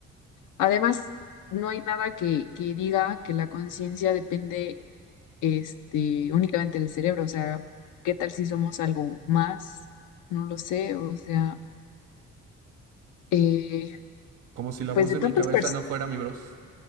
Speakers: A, on the left (about 90°); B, on the right (about 85°).
A: además, no hay nada que, que diga que la conciencia depende este, únicamente el cerebro, o sea, ¿qué tal si somos algo más? No lo sé, o sea, eh,
B: Como si la
A: pues
B: voz
A: de
B: de
A: tantas
B: mi cabeza
A: personas,
B: no fuera mi voz,